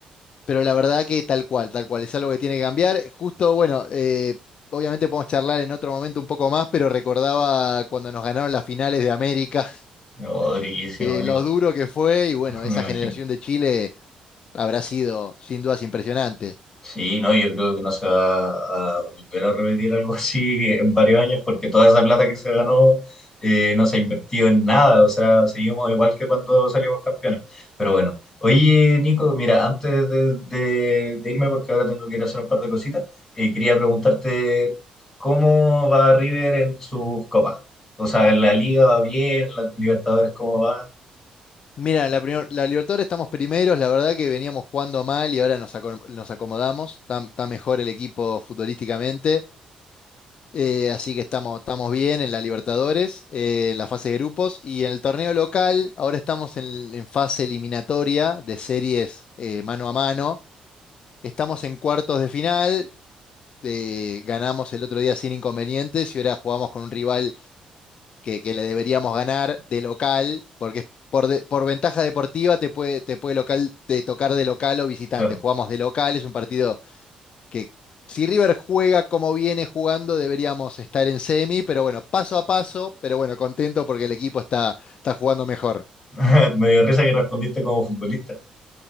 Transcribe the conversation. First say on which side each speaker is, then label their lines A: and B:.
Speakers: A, on the left; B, on the left.
A: pero la verdad que tal cual, tal cual, es algo que tiene que cambiar. Justo, bueno, eh, obviamente podemos charlar en otro momento un poco más, pero recordaba cuando nos ganaron las finales de América,
B: pero durísimo,
A: <laughs> eh,
B: amigo,
A: lo duro que fue, y bueno,
B: <laughs> me
A: esa
B: imagino.
A: generación de Chile habrá sido sin dudas impresionante.
B: Sí, no, yo creo que no se va a volver a repetir algo así en varios años porque toda esa plata que se ganó eh, no se ha invertido en nada, o sea, seguimos igual que cuando salimos campeones. Pero bueno, oye Nico, mira, antes de, de- de irme porque ahora tengo que ir a hacer un par de cositas, eh, quería preguntarte cómo va River en sus copas. O sea, en la Liga va bien, en la Libertadores cómo va.
A: Mira, la, primer- la Libertadores estamos primeros, la verdad que veníamos jugando mal y ahora nos, acom- nos acomodamos, está, está mejor el equipo futbolísticamente, eh, así que estamos, estamos bien en la Libertadores, eh, en la fase de grupos y en el torneo local, ahora estamos en, en fase eliminatoria de series eh, mano a mano, estamos en cuartos de final, eh, ganamos el otro día sin inconvenientes y ahora jugamos con un rival que, que le deberíamos ganar de local, porque por, de- por ventaja deportiva te puede, te puede local, te tocar de local o visitante.
B: Bueno,
A: Jugamos de local, es un partido que si River juega como viene jugando, deberíamos estar en semi, pero bueno, paso a paso, pero bueno, contento porque el equipo está, está jugando mejor.
B: <laughs> me dio risa que respondiste como futbolista.